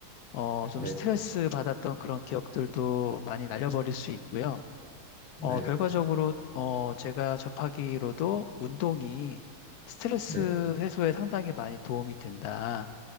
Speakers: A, on the left; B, in the centre.
A: 어, 좀
B: 네,
A: 스트레스 받았던 그런 기억들도 많이 날려버릴 수 있고요.
B: 네,
A: 어, 결과적으로, 어, 제가 접하기로도 운동이 스트레스
B: 네,
A: 해소에 상당히 많이 도움이 된다.